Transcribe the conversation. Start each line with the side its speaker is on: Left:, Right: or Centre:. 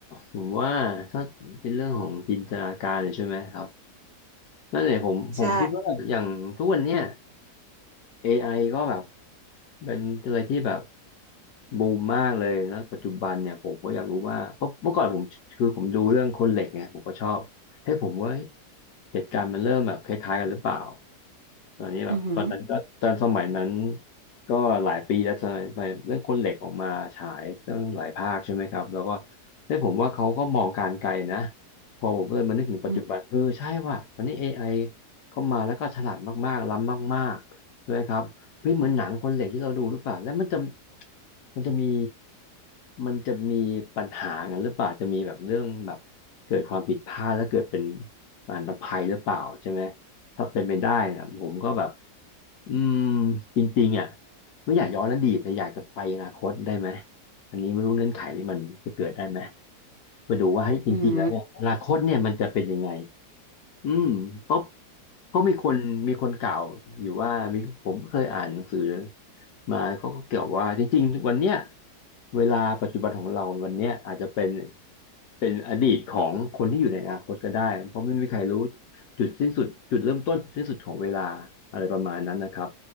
Left: ผมว่าถ้าเป็นเรื่องของจินตนาการเนี่ยใช่ไหมครับนั่นเนี่ยผมผมคิดว่าอย่างทุกวันเนี้ย
Right: ใช่
Left: AI ก็แบบเป็นอะไรที่แบบบูมมากเลยนะปัจจุบันเนี่ยผมก็อยากรู้ว่าเพราะเมื่อก่อนผมคือผมดูเรื่องคนเหล็กไงผมก็ชอบให้ยผมว่าเหตุการณ์มันเริ่มแบบคล้ายๆกันหรือเปล่าตอนนี้แบบตอนนั้นก็ตอนสมัยนั้น
Right: อืม
Left: ก็หลายปีแล้วสมัยสมัยเรื่องคนเหล็กออกมาฉายตั้งหลายภาคใช่ไหมครับแล้วก็ได้ยผมว่าเขาก็มองการไกลนะพอผมเลยมานึกถึงปัจจุบันเออใช่ว่ะตอนนี้
Right: ออืม
Left: AI เข้ามาแล้วก็ฉลาดมากๆล้ำมากๆ ใช่ไหมครับเฮ้ยเหมือนหนังคนเหล็กที่เราดูหรือเปล่าแล้วมันจะมันจะมีมันจะมีปัญหากันหรือเปล่าจะมีแบบเรื่องแบบเกิดความผิดพลาดแล้วเกิดเป็นอันตภัยหรือเปล่าใช่ไหมถ้าเป็นไปได้นะผมก็แบบอืมจริงๆอ่ะไม่อยากย้อนอดีตแต่อยากจะไปอนาคตได้ไหมอันนี้ไม่รู้เงื่อนไขนี้มันจะเกิดได้ไหมไปดูว่าให้ยจริงๆแล้วเนี่ยอนาคตเนี่ยมันจะเป็นยังไง
Right: อืม
Left: อืมเพราะเพราะมีคนมีคนกล่าวอยู่ว่ามีผมก็เคยอ่านหนังสือมาเขาก็เกี่ยวว่าจริงๆวันเนี้ยเวลาปัจจุบันของเราวันเนี้ยอาจจะเป็นเป็นอดีตของคนที่อยู่ในอนาคตก็ได้เพราะไม่มีใครรู้จุดสิ้นสุดจุดเริ่มต้นจุดสิ้นสุดของเวลาอะไรประมาณนั้นนะครับ